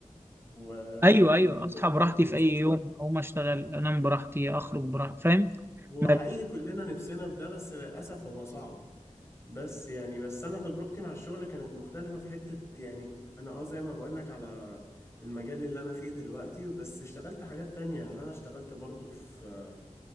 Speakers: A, on the left; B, on the right.
A: و...
B: ايوه ايوه
A: ورجوع
B: اصحى براحتي
A: وتقيل
B: في اي يوم اقوم اشتغل انام براحتي اخرج براحتي فاهم
A: هو
B: ما-
A: حقيقي كلنا نفسنا في ده بس للأسف هو صعب بس يعني بس أنا تجربتي مع الشغل كانت مختلفة في حتة يعني أنا أه زي ما بقولك على المجال اللي أنا فيه دلوقتي بس اشتغلت حاجات تانية يعني أنا اشتغلت برضو في